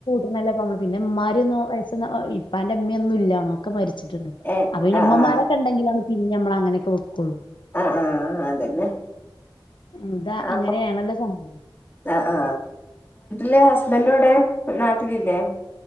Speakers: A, on the left; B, on the left.
A: ല്ലമ്മ പിന്നെമ്മാര് വയസ് ഇപ്പാന്റെ ഇമ്മയൊന്നും ഇാല്ലാണോ ഒക്കെ മരിച്ച ചിട്ട്ണ്ട്
B: ഏ
A: അപ്പന്നെ
B: ആ
A: ഇമ്മമാരൊക്കെണ്ടെങ്കില
B: ആ
A: പിന്നെ നമ്മള അങ്ങനൊക്കെ വെക്കുള്ളു
B: ആ ആ അതന്നെ
A: എന്താ
B: അപ്പൊ
A: അങ്ങനെയാണല്ലോ സംഭവം
B: ആ ആ ലെ ഹസ്ബൻഡോടെ നാട്ടിലില്ലേ